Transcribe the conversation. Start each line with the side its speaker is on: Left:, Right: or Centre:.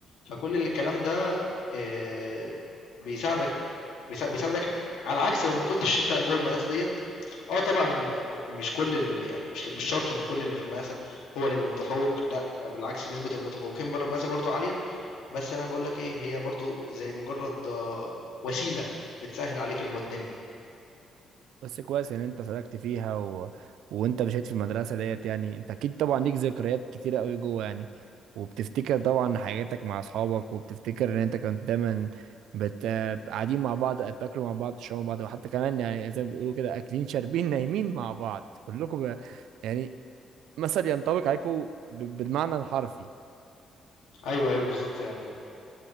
Left: فكل الكلام ده آآ، بيساعدك بيسا بيساعدك على عكس لو ما كنتش أنت جوّه المدرسة ديّة آه طبعًا ك مش كل ال يعني مش مش شرط إن كل اللي في المقاسة هو اللي يبقى متفوّق، لأ بالعكس نسبة المتفوّقين برّه المقاسة برضه عالية، بس أنا باقول لك إيه، هي برضه زي مجرّد آه، وسيلة بتسهّل عليك الم الدنيا.
Right: بس كويس ان انت سلكت فيها و... وانت مشيت في المدرسه ديت يعني انت اكيد طبعا ليك ذكريات كتيره قوي جوه يعني وبتفتكر طبعا حاجاتك مع اصحابك وبتفتكر ان انت كنت دايما بت... قاعدين مع بعض بتاكلوا مع بعض تشربوا مع بعض وحتى كمان يعني زي ما بيقولوا كده اكلين شاربين نايمين مع بعض كلكم ب... يعني مثل ينطبق عليكم ب... بالمعنى الحرفي
Left: أيوه، أيوه بالضبط، يعني